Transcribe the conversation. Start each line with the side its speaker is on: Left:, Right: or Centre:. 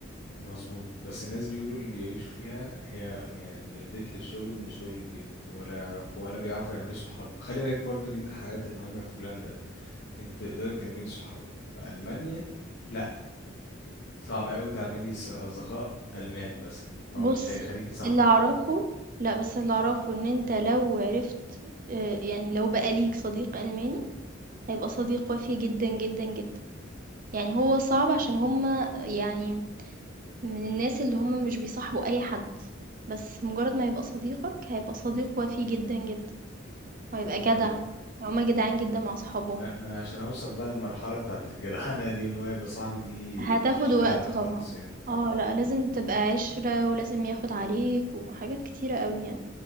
Left: مظبوط بس الناس بيقولوا اللي بيعيشوا فيها هي يعني من البيت للشغل ومن الشغل للبيت ولا يعرفوا ولا بيعرفوا يعملوا صحاب خلي بالك برضو دي من الحاجات المهمة في هولندا انت تقدري تعملي صحاب في ألمانيا لا صعب قوي تعملي ص- أصدقاء ألمان مثلا هو
Right: بُص،
Left: مش هيخليكي صاحبك
Right: اللي أعرفه لأ، بس اللي أعرفه إن أنت لو عرفت آآ، يعني لو بقى ليك صديق ألماني، هيبقى صديق وَفي جدًا، جدًا، جدًا. يعني هو صعب عشان هُم يعني من الناس اللي هُم مش بيصاحبوا أي حد، بس مجرد ما يبقى صديقك، هيبقى صديق وَفي جدًا، جدًا، وهيبقى
Left: اوكي
Right: جدع، هُم جدعان جدًا مع أصحابهم.
Left: ما ما انا عشان اوصل بقى للمرحلة بتاعت الجدعنة دي وان هو يبقى صاحبي دي
Right: هتاخد
Left: مش
Right: وقت
Left: سهلة خالص
Right: طبعًا.
Left: يعني
Right: آه، لأ، لازم تبقى عِشرة ولازم ياخد عليك وحاجات كتيرة أوي يعني،